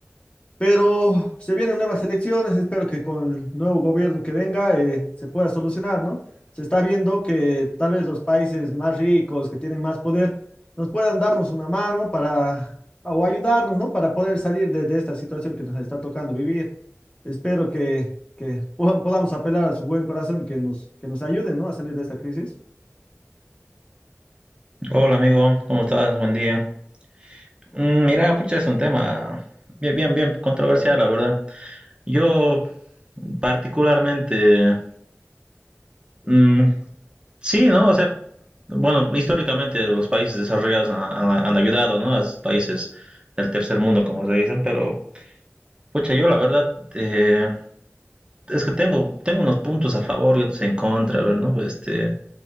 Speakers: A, on the left; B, on the right.
A: pero se vienen nuevas elecciones. Espero que con el nuevo gobierno que venga eh, se pueda solucionar, ¿no? Se está viendo que tal vez los países más ricos, que tienen más poder, nos puedan darnos una mano para, o ayudarnos, ¿no? Para poder salir de, de esta situación que nos está tocando vivir. Espero que, que pod- podamos apelar a su buen corazón y que nos, que nos ayuden, ¿no? A salir de esta crisis.
B: Hola amigo, ¿cómo estás? Buen día. Mm, Mira, pucha, es un tema bien, bien, bien controversial, la verdad. Yo particularmente, mm, sí, ¿no? O sea, bueno, históricamente los países desarrollados han, han- han ayudado, ¿no? A los países del tercer mundo, como se dicen, pero, pucha, yo la verdad, eh, es que tengo, tengo unos puntos a favor y otros en contra, a ver, ¿no? Pues, este,